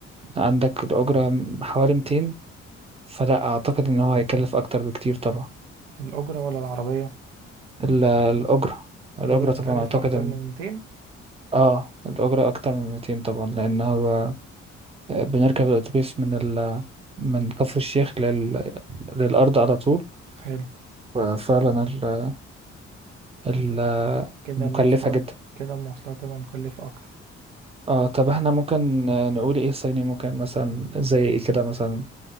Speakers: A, on the right; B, on the right.
A: عندك الأجرة حوالي 200 فلا أعتقد إن هو هيكلف أكتر بكتير طبعا
B: الاجرة ولا العربية
A: ال- الأجرة الأجرة
B: الاجرة تكلف
A: طبعا أعتقد
B: اكتر
A: إن
B: من 200
A: آه الأجرة أكتر من 200 طبعا لأن هو بنركب الأتوبيس من ال... من كفر الشيخ لل... للأرض على طول
B: حلو
A: ففعلا ال... ال...
B: فت- كده
A: مكلفة
B: المواصلات
A: جدا
B: كده المواصلات تبقى مكلفة اكتر
A: آه طب إحنا ممكن نقول إيه الصيني ممكن مثلا زي إيه كده مثلا